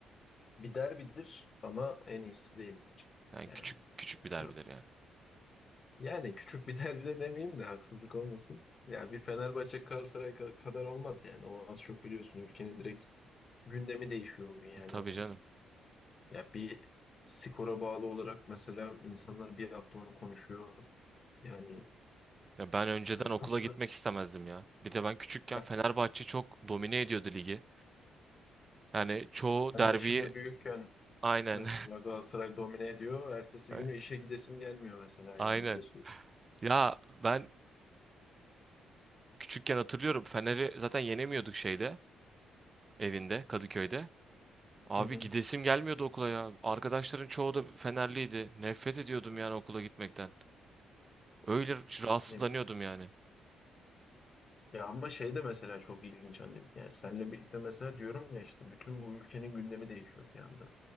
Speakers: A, on the left (about 40°); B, on the right (about 30°).
A: Bir derbidir ama en iyisi değildir.
B: Yani
A: Yani
B: küçük küçük
A: bence
B: bir derbidir yani.
A: Yani küçük bir derbi de demeyeyim de haksızlık olmasın. Ya bir Fenerbahçe Galatasaray ka- kadar olmaz yani. O az çok biliyorsun ülkenin direkt gündemi değişiyor o gün yani
B: Tabii
A: hani.
B: canım.
A: Ya bir skora bağlı olarak mesela insanlar bir hafta onu konuşuyor. Yani
B: Ya ben önceden
A: hani
B: okula
A: nasıl?
B: gitmek istemezdim ya. Bir de ben küçükken
A: Heh,
B: Fenerbahçe çok domine ediyordu ligi. Yani çoğu
A: Ben
B: derbiyi
A: de şimdi büyükken
B: aynen.
A: mesela Galatasaray domine ediyor. Ertesi
B: <laughs> Ay-
A: günü işe gidesim gelmiyor mesela yani
B: Aynen.
A: öyle söyleyeyim.
B: Ya ben küçükken hatırlıyorum Fener'i zaten yenemiyorduk şeyde, evinde, Kadıköy'de. Abi
A: Hı
B: gidesim gelmiyordu okula ya. Arkadaşların çoğu da Fenerliydi. Nefret ediyordum yani okula gitmekten. Öyle rahatsızlanıyordum
A: hı.
B: yani.
A: Ya ama şey de mesela çok ilginç annem. Yani seninle birlikte mesela diyorum ya işte bütün bu ülkenin gündemi değişiyor bir anda.